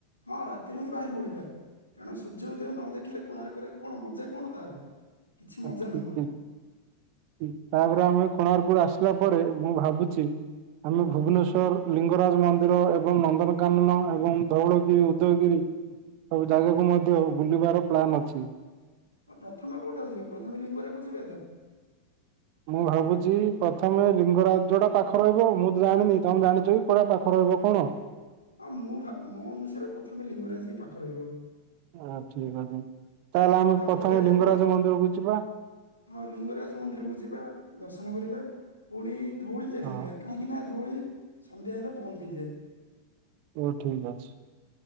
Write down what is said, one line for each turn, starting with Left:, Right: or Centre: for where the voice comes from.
Left: ହଁ ରାତିରୁ ହିଁ ବାହାରି ପଡିବା କାରଣ ସୂର୍ଯ୍ୟ ଉଦୟ ନ ଦେଖିଲେ କୋଣାର୍କରେ କଣ ମଜା କଣ ତାର? କିଛି ମଜା
Right: ଠିକ
Left: ନୁହଁ
Right: ଠିକ ତାପରେ ଆମେ କୋଣାର୍କ ରୁ ଆସ ଥିଲା ପରେ ମୁଁ ଭାବୁଛି ଆମେ ଭୁବନେଶ୍ଵର ଲିଙ୍ଗରାଜ ମନ୍ଦିର ଏବଂ ନନ୍ଦନକାନନ ଏବଂ ଧଉଳଗିରି, ଉଦୟଗିରି ସବୁ ଜାଗାକୁ ମଧ୍ୟ ବୁଲିବାର ପ୍ଲାନ୍ ଅଛି।
Left: ଆଉ ପ୍ରଥମେ କୋଉଟା କୁ ଯିବା ପ୍ରଥମେ ଲିଙ୍ଗରା କୁ ଯିବା ତ?
Right: ମୁଁ ଭାବୁଛି ପ୍ରଥମେ ଲିଙ୍ଗରାଜଟା ପାଖ ରହିବ ମୁଁ ତ ଜାଣିନି ତମେ ଜାଣିଛ କି, କୋଉଟା ପାଖ ରହିବ କଣ?
Left: ହଁ ମୁଁ ଭା ମୋ ଅନୁସାରେ ପ୍ରଥମେ ଲିଙ୍ଗରାଜ ବି ପାଖ ରହିବ।
Right: ହଁ ଠିକ ଅଛି। ତାହେଲେ ଆମେ
Left: ତାପରେ
Right: ପ୍ରଥମେ ଲିଙ୍ଗରାଜ ମନ୍ଦିରକୁ ଯିବା
Left: ହଁ ଲିଙ୍ଗରାଜ ମନ୍ଦିରକୁୁ ଯିବା ଦର୍ଶନ କରିବା। ପୁଣି ଧଉଳି ଚାଲିଯିବା
Right: ହଁ
Left: କାହିଁକି ନା ଧଉଳି ସନ୍ଧ୍ୟା ହେଲେ ବନ୍ଦ ହେଇଯାଏ।
Right: ଓଃ ଠିକ ଅଛି।